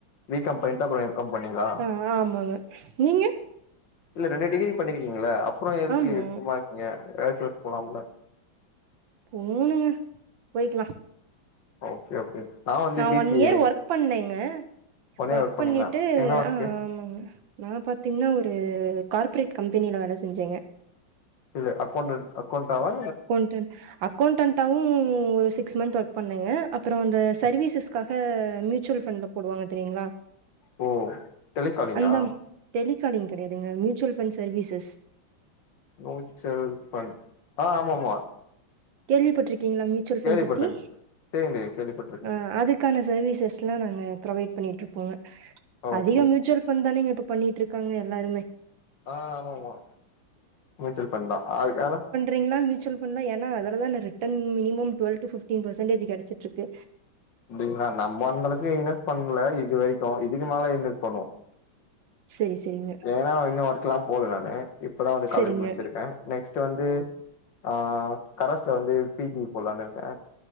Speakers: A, on the left (about 65°); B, on the right (about 70°).
A: பி காம் பண்ணிட்டு அப்புறம் எம் காம் பண்ணீங்களா
B: ஆ ஆமாங்க நீங்க
A: இல்ல ரெண்டு டிகிரி பண்ணிருக்கிங்கள அப்றோ எதுக்கு
B: ஆமா
A: சும்மா இருக்கீங்க ஏதாச்சு ஒர்க் போலாம்ல
B: போணுங்க போய்க்லா
A: ஓகே ஓகே நான் வந்து
B: நா
A: பி
B: ஒன்
A: சி
B: இயர்
A: ஏ
B: ஒர்க் பண்ணேங்க
A: ஒன் இயர்
B: ஒர்க்
A: பண்ணீங்களா
B: பண்ணிட்டு
A: என்ன ஒர்க்கு
B: ஆ ஆமாங்க நா பாத்திங்ன்னா ஒரு கார்ப்ரேட் கம்பெனியில வேல செஞ்சேங்க
A: இல்ல அக்கவுண்டென்ட் அக்கவுண்டாவா
B: ம் அக்கவுண்டென்ட்டாவு ஒரு சிக்ஸ் மன்த் ஒர்க் பண்ணேங்க அப்பறோ இந்த சர்வீசஸ்காக மியூச்சுவல் ஃபண்ட்ல போடுவாங்க தெரியுங்களா
A: ஓ டெலிகாலிங்கா
B: அந்த டெலிகாலிங் கடையாதுங்க மியூச்சுவல்ஃபண்ஸ் சர்வீசஸ்
A: நூச்சல் ஃபண் ஆ ஆமா ஆமா
B: கேள்விப்பட்டிருக்கிங்களா மியூச்சுவல் ஃபண்ட்
A: கேள்விப்பட்டிருக்கேன்
B: பத்தி
A: தெரியும் தெரியும் கேள்விப்பட்டிருக்கேன்
B: அ அதுக் க்கான சர்வீசஸ்லா நாங்க ப்ரெவைட் பண்ணிட்ருப்போங்க
A: ஓகே
B: அதிகம் மியூச்சுவல் ஃபண்ட் தானங்க பண்ணிட்ருக்காங்க எல்லாருமே
A: ஆ ஆமா ஆமா மியூச்சுவல் ஃபண்ட் தா அதுக் ஆனா
B: ரிங்ளா மியூச்சுவல்னா ஏனா அதுல தான return minimum twelve to fifteen percentage கேச்சட்ருக்கு
A: அப்டிங்களா நம்ம அந்தளவுக்கு இன்வெஸ் பண்ல இது வரைக்கு இதுகு மேல இன்வெஸ் பண்ணுவோ
B: சரி சரிங்க
A: நேரா இன்னு ஒர்க்ல்லா போல நானு இப்பதா வந்து
B: செரிங்க
A: காலேஜ் முடிச்சிருக்க நெக்ஸ்ட்டு வந்து ஆ கரஸ்ல வந்து பிஜி போட்லான்னு இருக்க